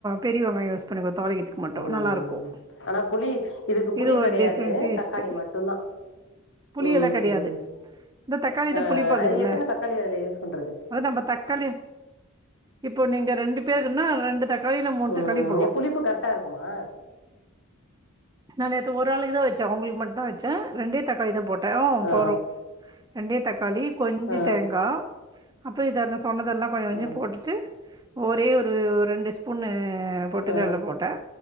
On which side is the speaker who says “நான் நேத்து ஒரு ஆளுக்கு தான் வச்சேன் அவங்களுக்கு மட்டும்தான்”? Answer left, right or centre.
Right